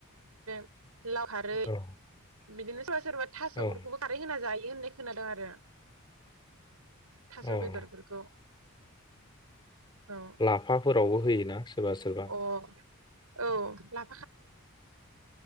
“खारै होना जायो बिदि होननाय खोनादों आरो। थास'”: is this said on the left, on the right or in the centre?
Right